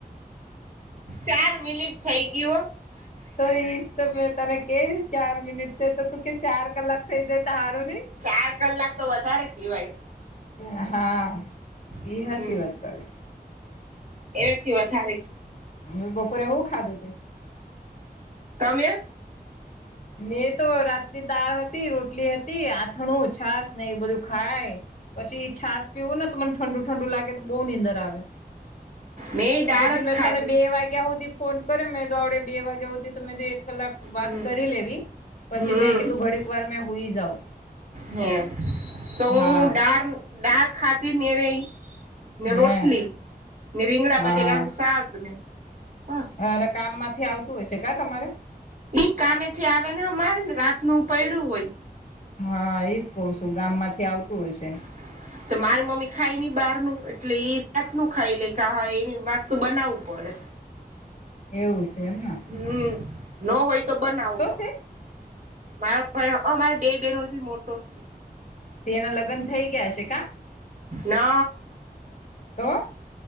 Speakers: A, on the right (about 55°); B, on the left (about 50°).
A: ચાર મિનિટ થઇ ગયું.
B: તો ઈજ તો મેં તને કે ચાર મિનિટ થઈ તો તું કે ચાર કલાક થઇ જાય તો હારું નહી.
A: ચાર કલાક તો વધારે કહેવાય.
B: એ હા.
A: હમ
B: ઈ હાચી વાત તારી.
A: એનાથી વધારે કે
B: હું બપોરે હું ખાધું તું?
A: તમે?
B: મેં તો રાતની દાળ હતી, રોટલી હતી, આથણું, છાસ ને એ બધું ખાય પછી છાસ પીવું ને તો મને ઠંડુ ઠંડુ લાગે તો બહુ નીંદર આવે.
A: મેં
B: તે
A: દાળ
B: પછી
A: જ
B: મેં
A: ખાધી
B: તને બે વાગ્યા હુધી ફોન કર્યો, મેં આવડે બે વાગ્યા હુધી તો મેં એક કલાક વાત
A: હમ
B: કરી લેવી. પછી
A: હમ
B: મેં કીધું ઘડીક વાર મે હુઈ જાઉં.
A: હમ તો હું
B: હા
A: ડાર ડાર ખાતી મેં રઈ ને
B: હે
A: રોટલી ને, રીંગણા
B: હા
A: બટેટાનું શાક ને. હા
B: અને કામમાંથી આવતું હશે કા તમારે?
A: ઈ કામે થી આવે ને અમારે ને રાતનું પયડું હોય.
B: હા એજ કહુ છું. ગામમાંથી આવતું હશે.
A: હ <inaudible> એટલે માર મમ્મી ખાય નહી બહારનું એટલે ઈ રાતનું ખાઈ લે. કા હે એની વાસ્તુ બનાવવું પડે.
B: એવું સે એમન?
A: હમ નો હોય તો બનાવું
B: છે
A: પણ મારા ભાઈ અમારે બે બેહેનોથી મોટો સે.
B: તે એના લગ્ન થઈ ગયા હશે કા?
A: નય
B: તો